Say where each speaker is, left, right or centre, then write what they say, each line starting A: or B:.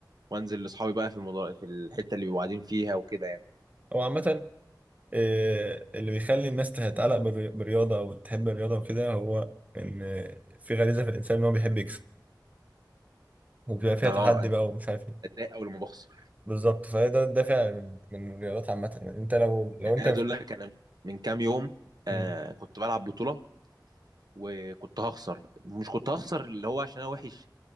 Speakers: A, on the right; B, on the right.
A: وانزل لاصحابي بقى في المضا... في الحته اللي بيبقوا قاعدين فيها وكده يعني
B: هو عامة آه، اللي بيخلي الناس تتعلق بالري- بالرياضة أو تحب الرياضة وكده هو إن في غريزة في الإنسان إن هو بيحب يكسب وبيبقى فيها
A: اه
B: تحدي
A: انا
B: بقى ومش عارف إيه
A: بتضايق اول ما بخسر
B: بالظبط فهي ده الدافع من من الرياضات عامة يعني أنت لو لو
A: يعني
B: أنت
A: عايز اقول لك انا من كام يوم آه
B: مم.
A: كنت بلعب بطوله وكنت هخسر مش كنت هخسر اللي هو عشان انا وحش